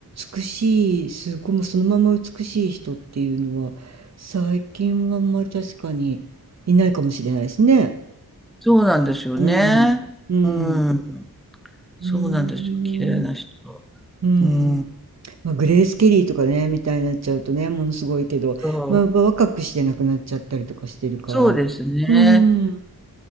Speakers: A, on the right (about 45°); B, in the centre.
A: 美しい、すごい、もうそのまま美しい人っていうのは、最近はあんまり確かにいないかもしれないですね。
B: そうなんですよね。
A: うん。うん。
B: うん。そうなんですよ、
A: うーん。
B: 綺麗な人。
A: うん。
B: うん、
A: まあ、グレース・ケリーとかね、みたいになっちゃうとね、ものすごいけど、
B: そう、
A: まあ、やっぱ若くして亡くなっちゃったりとかしてるから。
B: そうですね。
A: うん。